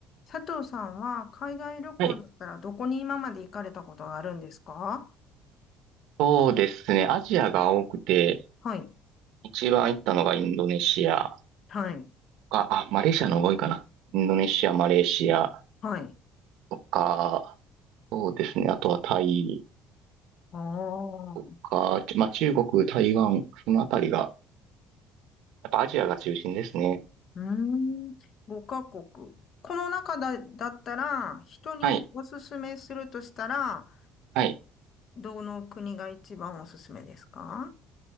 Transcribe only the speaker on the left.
佐藤さんは海外旅行だったらどこに今まで行かれたことがあるんですか
はい。
はい。
はい。
ああ。
う
ーん。5カ国。この中だ、だったら、人におすすめするとしたら、
どの国が一番おすすめですか